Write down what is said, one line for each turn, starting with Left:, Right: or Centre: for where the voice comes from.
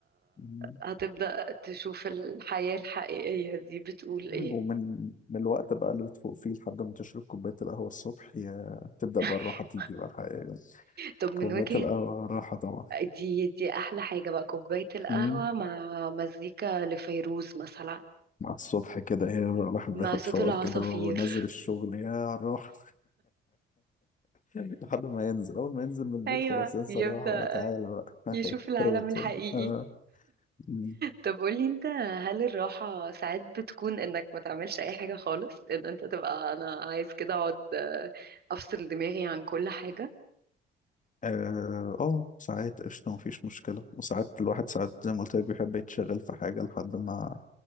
Left: مم.
Right: هتبدأ تشوف الحياة الحقيقية دي بتقول ايه
Left: ومن من الوقت بقى اللي بتفوق فيه لحد ما تشرب كوبايه القهوه الصبح يا تبدا
Right: <laughs>
Left: بقى الراحه تيجي بقى الحقيقه
Right: طب من
Left: كوبايه
Right: وجهة
Left: القهوه الراحه طبعا
Right: دي دي احلى حاجة بقى كوباية القهوة
Left: مم.
Right: مع مزيكا لفيروز مثلا
Left: مع الصبح كده ايه بقى الواحد
Right: مع
Left: بياخد
Right: صوت
Left: شاور
Right: العصافير
Left: كده ونازل الشغل يا الراحه لحد ما ينزل اول ما ينزل من البيت
Right: ايوه
Left: خلاص انسى
Right: يبدأ
Left: الراحه بقى تعالى بقى
Right: يشوف
Left: <laughs>
Right: العالم
Left: اتربط
Right: الحقيقي
Left: تاني اه م.
Right: طب قولي انت هل الراحة ساعات بتكون انك ما تعملش اي حاجة خالص ان انت تبقى انا عايز كده اقعد آه، افصل دماغي عن كل حاجة
Left: اه آه، ساعات قشطه مفيش مشكله وساعات الواحد ساعات زي ما قلت لك بيحب يتشغل في حاجه لحد ما